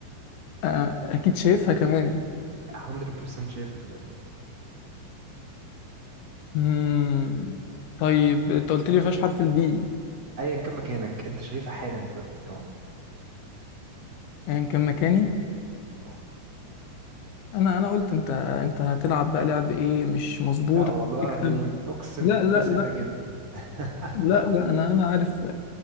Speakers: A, on the left; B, on the right.
A: فاكيد شايفها كمان
B: 100% شايفها دلوقتي
A: مم. طيب انت قلت لي مفيهاش حرف الدي
B: ايا كان مكانك انت شايفها حالا دلوقتي اه
A: يعني كان مكاني
B: اه
A: انا انا قلت انت انت هتلعب بقى لعب ايه مش مظبوط
B: لا والله
A: عشان تكسب
B: العظيم اقسم
A: لا
B: بالله
A: لا
B: سهله
A: لا
B: جدا <laughs>
A: لا لا انا انا عارف